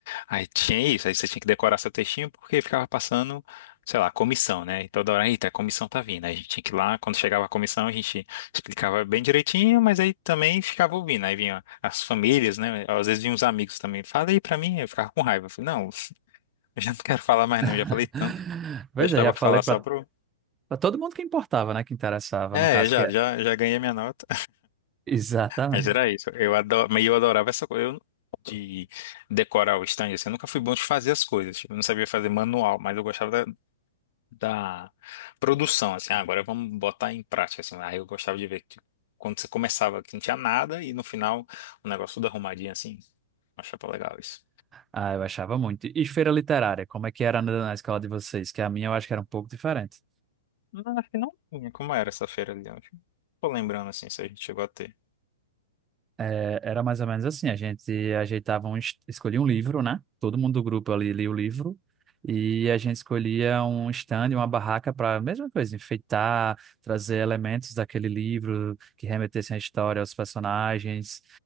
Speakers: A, on the left; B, on the right.
A: aí tinha isso, aí você tinha que decorar seu textinho porque ficava passando, sei lá, comissão, né? E toda hora, eita, a comissão tá vindo. Aí a gente tinha que ir lá, quando chegava a comissão, a gente explicava bem direitinho, mas aí também ficava ouvindo, aí vinha as famílias, né? Às vezes vinham os amigos também, fala aí pra mim, eu ficava com raiva, eu falei, não, <laughs> eu já não quero falar mais não, já
B: <laughs>
A: falei tanto,
B: Pois
A: eu estava
B: é, já
A: a
B: falei
A: falar
B: para
A: só pro...
B: todo mundo que importava, né? Que interessava,
A: É,
B: no caso,
A: já,
B: que é.
A: já, já ganhei minha nota.
B: Exatamente.
A: Mas era isso. Eu adoro, mas eu adorava essa coisa eu- de decorar o stand. Assim, eu nunca fui bom de fazer as coisas. Tipo, eu não sabia fazer manual, mas eu gostava da, da produção. Assim, ah, agora vamos botar em prática. Assim, aí eu gostava de ver que quando você começava que não tinha nada e no final o negócio tudo arrumadinho assim. Achava legal isso.
B: Ah, eu achava muito. E feira literária, como é que era na na escola de vocês? Que a minha eu acho que era um pouco diferente.
A: Não, acho que não tinha. Como era essa feira ali? Eu acho que- não Tô lembrando assim, se a gente chegou a ter.
B: É, era mais ou menos assim, a gente ajeitava um, es- escolhia um livro, né? Todo mundo do grupo ali lia o livro e a gente escolhia um stand, uma barraca para a mesma coisa, enfeitar, trazer elementos daquele livro que remetessem à história, aos personagens.